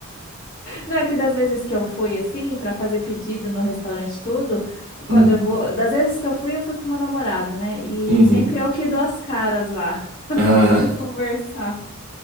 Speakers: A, on the left (about 35°); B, on the right (about 65°).
A: Não, é que das vezes que eu fui assim, para fazer pedido no restaurante, tudo, quando
B: Uhum.
A: eu vou. Das vezes que eu fui, eu fui com meu namorado, né? E
B: Uhum.
A: sempre eu que dou as caras lá,
B: Ah,
A: <laughs> conversar.